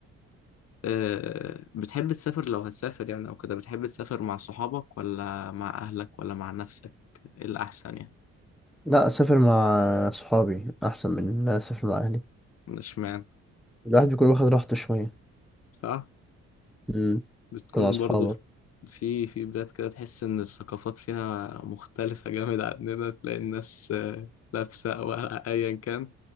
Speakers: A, on the left (about 55°); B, in the centre.
A: أه بتحب تسافر لو هتسافر يعني أو كده بتحب تسافر مع صحابك ولا مع أهلك ولا مع نفسك إيه الأحسن يعني
B: لا اسافر مع صحابي احسن من ان أنا اسافر مع اهلي
A: اشمعنى
B: الواحد بيكون واخد راحته شويه
A: صح
B: مم،
A: بتكون
B: انت مع صحابك
A: برضو في في بلاد كده تحس إن الثقافات فيها مختلفة جامد عننا تلاقي الناس آه، لابسة أو أيا كان